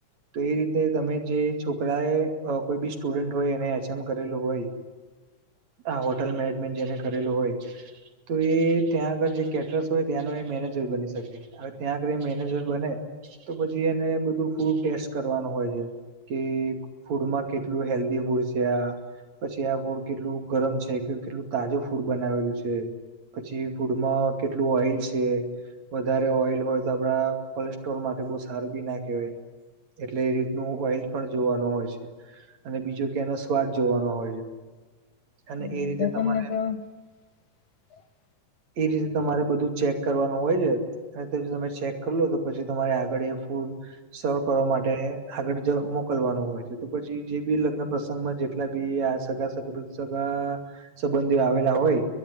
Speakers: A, on the right; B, on the left.
A: તો એ રીતે તમે જે છોકરા એ કોઈ બી સ્ટુડન્ટ હોય એને એચ એમ કરેલું હોય
B: <inaudible>
A: આ હોટલ મેનેજમેન્ટ જેને કરેલું હોય તો એ ત્યાં આગળ જે કેટરસ હોય ત્યાંનો એ મેનેજર બની શકે. હવે ત્યાં આગળ એ મેનેજર બને તો પછી એને બધું ફૂડ ટેસ કરવાનું હોય છે કે ફૂડમાં કેટલું હેલ્ધી ફૂડ છે આ પછી આ ફૂડ કેટલું ગરમ છે કે કેટલું તાજું ફૂડ બનાવેલું છે. પછી ફૂડમાં કેટલું ઓઈલ છે. વધારે ઓઇલ હોય તો આપડા કોલેસ્ટ્રોલ માટે બઉ સારું બી ના કેવાય. એટલે એ રીતનું ઓઇલ પણ જોવાનું હોય છે. અને બીજો કે એનો સ્વાદ જોવાનો હોય છે. અને એ
B: બરાબર
A: રીતે તમારે
B: તમને <inaudible>
A: એ રીતે તમારે બધું ચેક કરવાનું હોય સે અને તે જો તમે ચેક કરી લો તો પછી તમારે આગળ એ ફૂડ સ વ કરવા માટે આગળ જ મોકલવાનું હોય છે તો પછી જે બી લગ્ન પ્રસંગમાં જેટલા બી આ સગા સબ સગા સંબંધીઓ આવેલા હોય